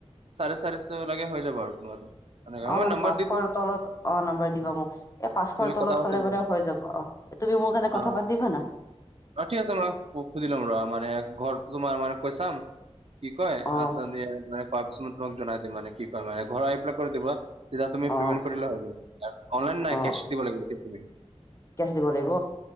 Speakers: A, on the right (about 65°); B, on the left (about 30°).
A: চাৰে চাৰিশ লাগে হৈ যাব আৰু তোমাৰ। এনেকা
B: অ',
A: মই
B: মানে
A: নম্বৰ
B: পাঁচশৰ
A: দি দিম
B: তলত, অ', নাম্বাৰ দিবা মোক, এ, পাঁচশৰ
A: তুমি
B: তলত
A: কথা পাতি
B: হ
A: ল
B: মানে হৈ যাব, অ', তুমি মোৰ কাৰণে
A: অ
B: কথা পাতি দিবা না।
A: অ', ঠিক আছে মই, সুধি ল'ম, মানে ঘৰটো তোমাৰ মানে কৈ চাম। কি কয়,
B: অ
A: আ, কোৱাৰ পিছত মই তোমাক জনাই দিম মানে কি কয়, মানে ঘৰ আহি পেলাই কৰি দিব। তেতিয়া তুমি
B: অ
A: পেমেণ্ট কৰিলে হ'ল, অনলাইন নাই
B: অ
A: কেচ দিব লাগিব। অ',
B: কেচ দিব লাগিব